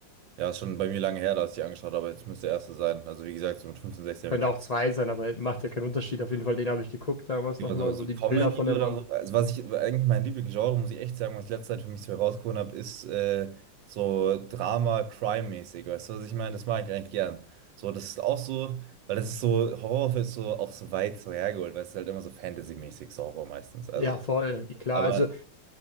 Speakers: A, on the right; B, on the left.
A: Ja, ist schon bei mir lange her, dass ich die angeschaut habe, aber jetzt müsste der erste sein. Also, wie gesagt, so mit 15 16
B: Könnte
A: habe ich die
B: auch zwei sein, aber macht ja keinen Unterschied. Auf jeden Fall, den habe ich geguckt damals
A: angeschaut.
B: nochmal,
A: Also,
B: wo die
A: so Comedy
B: Bilder von der
A: oder
B: Wand.
A: so. Also, was ich eigentlich mein Lieblingsgenre, muss ich echt sagen, was ich letzte Zeit für mich so herausgefunden habe, ist äh, so Drama, Crime-mäßig. Weißt du, was ich meine? Das mag ich eigentlich gern. So, das ist auch so, weil das ist so, Horror ist so auch so weit so hergeholt, weil es ist halt immer so Fantasy-mäßig, so Horror meistens. Also,
B: Ja, voll, klar.
A: aber
B: Also